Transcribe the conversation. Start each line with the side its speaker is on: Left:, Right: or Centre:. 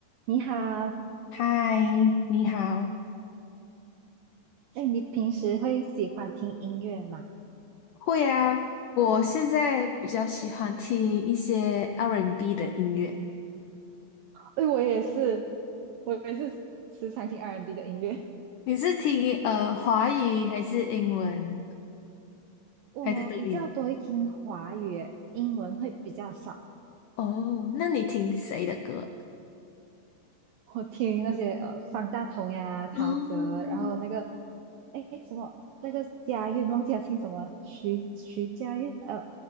Right: 你好，
Left: 嗨，你好。
Right: 哎，你平时会喜欢听音乐吗？
Left: 会啊，我现在比较喜欢听一些 R&B and B 的音乐。
Right: 哎，我也是，我也是时常听 R&B 的音乐。
Left: 你是听呃华语还是英文
Right: 我比较多会听华语耶，
Left: 还是都有？
Right: 英文会比较少。
Left: 哦，那你听谁的歌？
Right: 我听那些呃方大同呀、陶喆，
Left: 嗯
Right: 然后那个哎什么那个佳韵，忘记了姓什么，徐徐佳韵，呃，